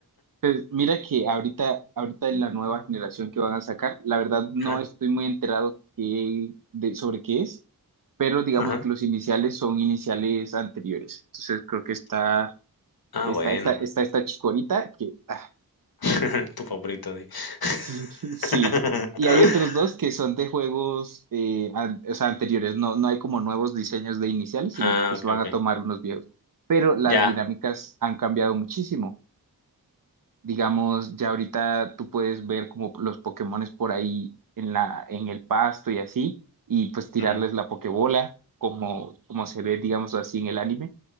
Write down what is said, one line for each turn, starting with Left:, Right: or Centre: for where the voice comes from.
Right: Pues mira que ahorita, ahorita en la nueva generación que van a sacar, la verdad no
Left: Ajá,
Right: estoy muy enterado qué- de, sobre qué es, pero digamos
Left: ajá.
Right: que los iniciales son iniciales anteriores. Entonces creo que está
Left: Ah,
Right: Está
Left: bueno.
Right: esta, está esta chicorita que, ah,
Left: <laughs> Tu favorito, di.
Right: <laughs>
Left: <laughs>
Right: sí, sí. Y hay otros dos que son de juegos, eh, an- o sea, anteriores. No, no hay como nuevos diseños de iniciales, sino
Left: Ah,
Right: que pues
Left: okey,
Right: van
Left: okey.
Right: a tomar unos viejos. Pero las
Left: Ya.
Right: dinámicas han cambiado muchísimo. Digamos, ya ahorita tú puedes ver como los Pokémones por ahí en la, en el pasto y así, y pues tirarles
Left: Ujú,
Right: la Pokébola, como, como se ve, digamos así, en el anime